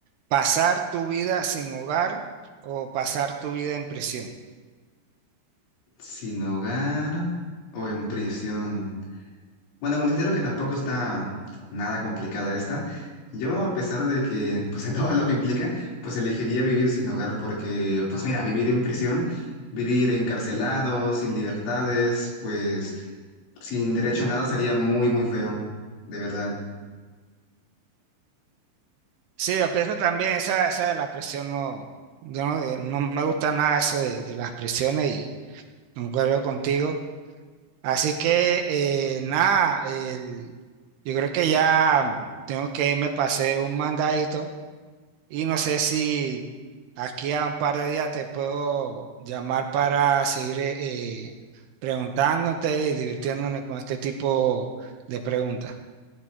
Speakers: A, on the right; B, on the left.
A: pasar tu vida sin hogar o pasar tu vida en prisión.
B: Sin hogar o en prisión. Bueno, considero que tampoco está nada complicada esta. Yo, a pesar de que, pues <laughs> de todo lo que implica, pues elegiría vivir sin hogar porque, pues mira, vivir en prisión, vivir encarcelado, sin libertades, pues sin derecho a nada sería muy, muy feo, de verdad.
A: Sí, yo pienso también esa, esa de la presión, no, yo no, eh, no me gusta nada eso de, de las presiones y concuerdo contigo. Así que eh, nada, el- yo creo que ya tengo que irme, pasé un mandadito y no sé si aquí a un par de días te puedo llamar para seguir eh, eh, preguntándote y divirtiéndome con este tipo de preguntas.